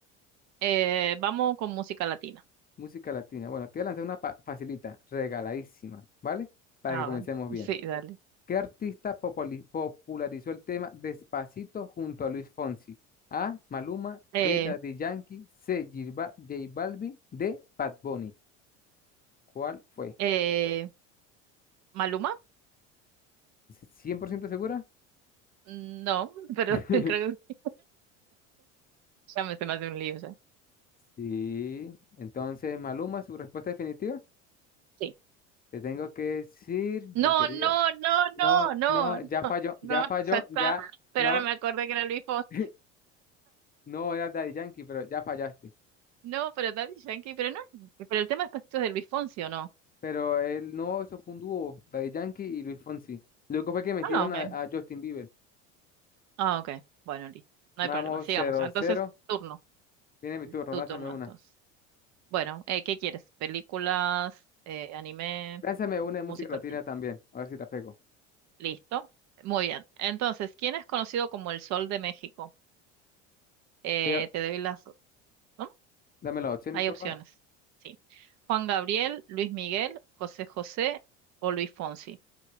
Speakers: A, on the right; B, on the left.
A: eh, vamos con música latina.
B: Música latina. Bueno, te voy a lanzar una pa- facilita, regaladísima, ¿vale? Para
A: A
B: que comencemos
A: ver.
B: bien.
A: Sí, dale.
B: ¿Qué artista populi- popularizó el tema Despacito junto a Luis Fonsi? A. Maluma,
A: Eh,
B: B. Daddy Yankee, C. J Ba- J Balvin, D. Bad Bunny. ¿Cuál fue?
A: eh, ¿Maluma?
B: Cien por ciento segura?
A: Mm, No, <laughs> pero
B: <laughs>
A: <laughs> creo que ya me se me hace un lío ya.
B: Sí. Entonces, Maluma, su respuesta definitiva.
A: Sí.
B: Te tengo que decir,
A: No,
B: mi querida.
A: no, no,
B: No,
A: no, no,
B: no, ya
A: <laughs>
B: falló,
A: no,
B: ya
A: no,
B: falló,
A: ya está.
B: ya.
A: Pero
B: No,
A: ahora me acordé que era Luis Fonsi.
B: <laughs> no era Daddy Yankee, pero ya fallaste.
A: No, pero Daddy Yankee, pero no, pero el tema es Pastitos de Luis Fonsi, ¿o no?
B: Pero él no, eso fue un dúo, Daddy Yankee y Luis Fonsi. Luego fue que metieron
A: Ah, ok.
B: a, a Justin Bieber.
A: Ah, ok. Bueno, listo. No
B: Vamos,
A: hay problema. Sigamos.
B: cero
A: Entonces,
B: cero
A: turno.
B: Tiene mi turno,
A: Tu
B: lánzame
A: turno,
B: una.
A: entonces. Bueno, eh, ¿qué quieres? ¿Películas, eh, anime,
B: Lánzame una de música
A: música
B: latina
A: latina?
B: también, a ver si la pego.
A: Listo. Muy bien. Entonces, ¿quién es conocido como el Sol de México? Eh,
B: Eh,
A: te doy las... ¿No?
B: dame las opciones,
A: Hay
B: porfa.
A: opciones. Sí. Juan Gabriel, Luis Miguel, José José o Luis Fonsi.